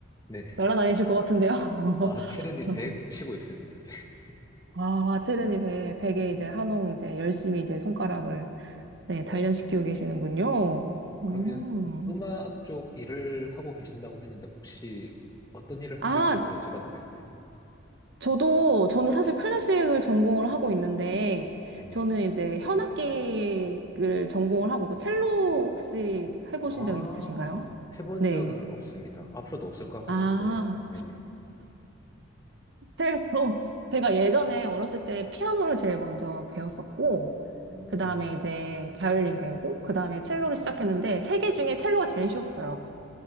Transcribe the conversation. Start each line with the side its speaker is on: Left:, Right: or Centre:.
Left: 네.
Right: 날아다니실 것 같은데요?
Left: 아, 체르니
Right: <laughs>
Left: 100 치고 있습니다. <laughs>
Right: 아, 체르니 배, 베개 이제 한홍 이제 열심히 이제 손가락을 네, 단련시키고
Left: 어,
Right: 계시는군요. 음.
Left: 그러면 음악 쪽 일을 하고 계신다고 했는데 혹시 어떤 일을
Right: 아,
Left: 하고 계신지 여쭤봐도 될까요?
Right: 저도, 저는 사실 클래식을 전공을 하고 있는데,
Left: 네네.
Right: 저는 이제 현악기를 전공을 하고, 그 첼로 혹시 해보신
Left: 아,
Right: 적 있으신가요?
Left: 해본
Right: 네.
Left: 적은 없습니다. 앞으로도 없을 것 같긴
Right: 아.
Left: 한데, 네네.
Right: 첼로 <laughs> 제가 예전에 어렸을 때 피아노를 제일 먼저 배웠었고
Left: 음,
Right: 그 다음에 이제 바이올린 배우고 그 다음에 첼로를 시작했는데 세 개 중에 첼로가 제일 쉬웠어요.